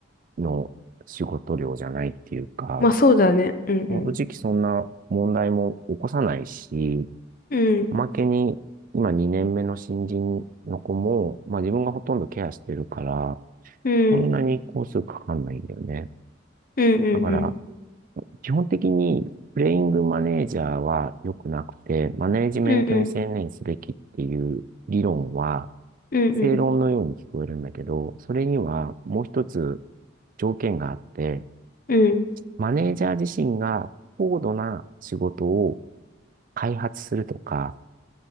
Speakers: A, on the right; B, on the left.
A: の仕事量じゃないっていうか、
B: まあそうだね。うんうん。
A: 正直そんな問題も起こさないし、
B: うん。
A: おまけに、今2年目の新人の子も、まあ自分がほとんどケアしてるから、
B: うん。
A: そんなに工数かかんないんだよね。
B: うんうんうん。
A: だから、基本的に、プレイングマネージャーは良くなくて、マネージメントに専念すべきっていう理論は、
B: うんうん。うんうん。
A: 正論のように聞こえるんだけど、それにはもう一つ条件があって、
B: うん。
A: マネージャー自身が高度な仕事を開発するとか、